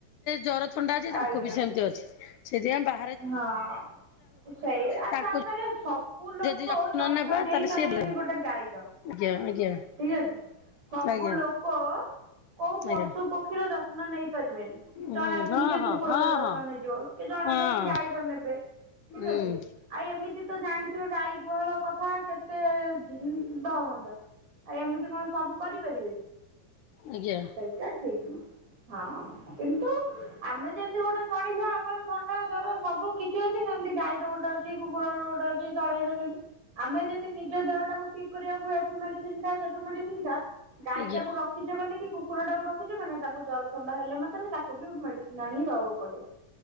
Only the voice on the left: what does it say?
ଜର ଥଣ୍ଡା ଅଛି, ତାଙ୍କୁ
ବି ସେମିତି ଅଛି, ସେଥିପାଇଁ ଆମେ ବା
ତାଙ୍କୁ
ଯଦି
ନେବା
ତାହେଲେ
ସିଏ
ଆଜ୍ଞା ଆଜ୍ଞା
ଆଜ୍ଞା
ଆଜ୍ଞା।
ହୁଁ
ହଁ
ହଁ
ହଁ
ହଁ
ହଁ
ହୁଁ
ଆଜ୍ଞା
ଆଜ୍ଞା